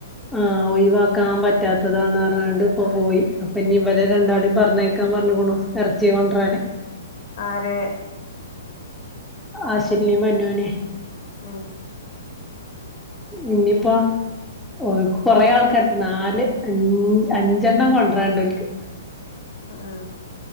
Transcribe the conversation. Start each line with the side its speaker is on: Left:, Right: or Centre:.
Centre: ആഹ് ഒയവാക്കാൻ പറ്റാത്തതാണ് റാണ്ട് ഇപ്പ പോയി അപ്പൊ ഇനി ഇവരെ രണ്ടാളും പറഞ്ഞേക്കാൻ പറഞ്ഞ കൊണു ഇറച്ചിയ കൊണ്ടരാൻ
Left: ആര്
Centre: ആശ്വതിയേം മനുനേം
Left: ഉം
Centre: ഇനിയിപ്പോ ഓൾക്ക് കൊറേ ആൾക്കാാര് നാല് അഞ്ച് അഞ്ചെണ്ണം കൊണ്ടരണ്ട് ഒക്ക്
Left: ഉ